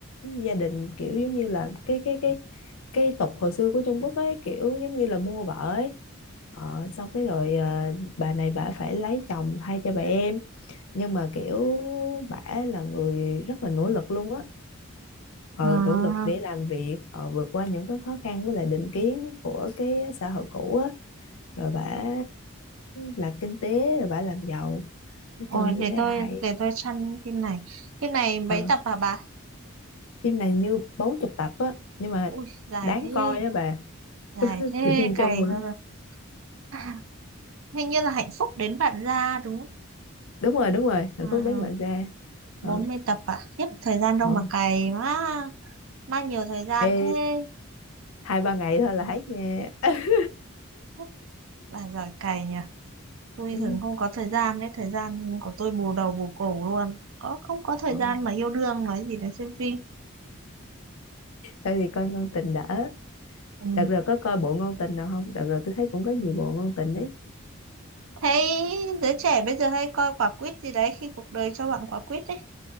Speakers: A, on the left (about 80°); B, on the right (about 70°).
A: gia đình kiểu giống như là cái cái cái cái tục hồi xưa của Trung Quốc ấy kiểu giống như là mua vợ ấy Ờ, xong cái rồi ờ, bà này bà phải lấy chồng thay cho bà em nhưng mà kiểu bả là người rất là nỗ lực luôn á ờ,
B: À.
A: nỗ lực để làm việc ờ, vượt qua những cái khó khăn với lại định kiến của cái xã hội cũ á rồi bả làm kinh tế rồi bả làm giàu nói
B: Ôi,
A: chung tôi
B: để
A: thấy
B: tôi
A: hay
B: để tôi săn phim này. Phim này mấy
A: Ờ,
B: tập hả bà?
A: phim này như bốn chục tập á nhưng mà
B: Ui, dài
A: đáng
B: thế,
A: coi á bà
B: dài thế,
A: thì phim
B: cày
A: chung mà
B: ra rồi. <laughs> Hình như là hạnh phúc đến bạn ra đúng không?
A: đúng rồi đúng rồi hạnh
B: À,
A: phúc
B: à,
A: đến bạn ra ờ,
B: 40 tập à? Khiếp, thời gian đâu
A: ờ.
B: mà cày quá. Bao nhiều thời gian
A: Ê,
B: thế.
A: hai ba ngày thôi là hết nha <laughs>
B: Khiếp, bà giỏi cày nhỉ. Tôi
A: Ừ.
B: thường không có thời gian đấy, thời gian của tôi bù đầu bù cổ luôn. Có không có thời
A: Ờ,
B: gian mà yêu đương nói gì đến xem phim.
A: Thôi thì coi ngôn tình đã
B: Ừ.
A: Đợt rồi có coi bộ ngôn tình nào không? Đợt rồi tôi thấy cũng có nhiều bộ ngôn tình ấy
B: thấy giới trẻ bây giờ hay coi quả quýt gì đấy khi cuộc đời cho bạn quả quýt đấy